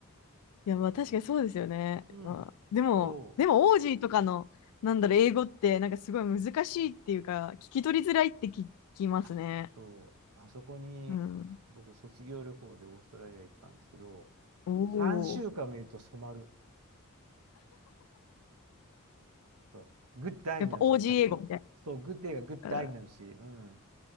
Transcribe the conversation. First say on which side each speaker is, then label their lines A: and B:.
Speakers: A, on the left; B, on the right.
A: や、まあ確かにそうですよね。
B: そう。うん。
A: まあ、でも、
B: そう。
A: でも、オージーとかの、なんだろう、英語って、なんかすごい難しいっていうか、聞き取りづらいって聞きますね。
B: あ、そう。あそこに、
A: うん。
B: 僕、卒業旅行でオーストラリア行ったんですけど、
A: おお、
B: 3週間見ると染まる。そう。グッドアイになるしね、
A: やっぱオージー英語みたい
B: ちゃんと。そう、グッデイがグッドアイになるし、
A: な。
B: うん。